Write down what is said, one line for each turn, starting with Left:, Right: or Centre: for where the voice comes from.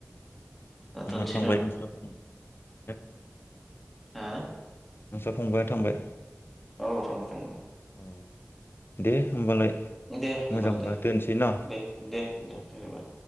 Centre: जाथ'नोसै
Left: ना थांबाय
Centre: न'
Left: <unintelligible> <unintelligible>
Centre: हा?
Left: नोंसोर फंबाया थांबाय?
Centre: औ थांबाय थांबाय।
Left: अ दे होमबालाय
Centre: दे होमबाल
Left: मोजांबा
Centre: दे-दे
Left: दोनसै ना
Centre: दे-दे
Left: औ
Centre: धन्यबाद।
Left: दे।